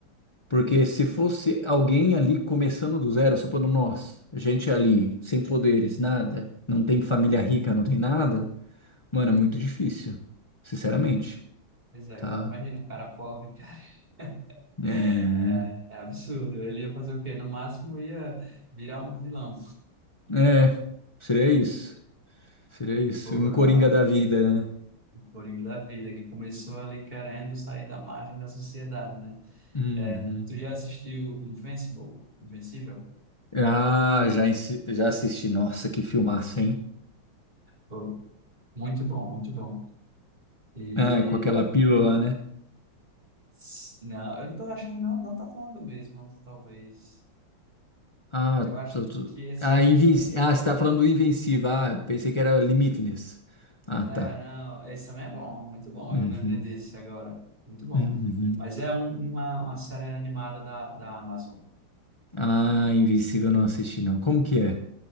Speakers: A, on the left (about 35°); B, on the right (about 20°).
A: Porque se
B: Pois
A: fosse alguém ali começando do zero, supondo nós, gente ali, sem poderes, nada, não tem família rica, não tem nada, mano, é muito difícil, sinceramente,
B: é,
A: tá?
B: cara. Imagina um cara pobre, cara. <laughs>
A: É.
B: É, é absurdo. Ele ia fazer o quê? No máximo ia virar um vilão.
A: É, seria isso. Seria isso.
B: Pô,
A: Um
B: a
A: Coringa da vida, né?
B: Coringa da Vida, que começou ali querendo sair da margem da sociedade, né?
A: Uhum.
B: É, tu já assistiu Invincible? Invencível?
A: Ah, já, insi- já assisti. Nossa, que filmaço, hein?
B: Pô, muito bom, muito bom. E
A: Ah, com aquela pílula, né?
B: s- não, eu não tô achando, não, não tá falando do mesmo, talvez.
A: Ah,
B: Eu acho
A: tô, tô-
B: que esse
A: Ah,
B: que tu
A: Invenci-
B: está.
A: ah, você tá falando do Invencível. Ah, pensei que era Limitless. Ah, tá.
B: É, não, esse também é bom, muito bom.
A: Uhum.
B: Eu lembrei desse agora. Muito bom.
A: Uhum.
B: Mas é um- uma, uma série animada da, da Amazon.
A: Ah, Invencível eu não assisti, não. Como que é?